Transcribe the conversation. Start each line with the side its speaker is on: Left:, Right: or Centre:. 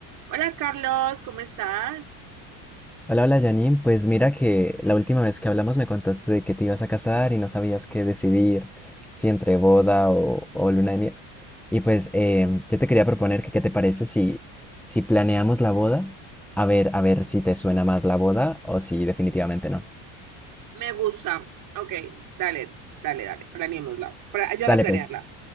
Right: Hola Carlos, ¿cómo estás?
Centre: Hola, hola Janine, pues mira que la última vez que hablamos me contaste de que te ibas a casar y no sabías qué decidir, si entre boda o, o luna de miel. Y pues em, yo te quería proponer que qué te parece si, si planeamos la boda, a ver, a ver si te suena más la boda o si definitivamente no.
Right: Me gusta. Ok, dale, dale, dale, planeémosla. Pra- ayúdame
Centre: Dale
Right: a planearla.
Centre: pues.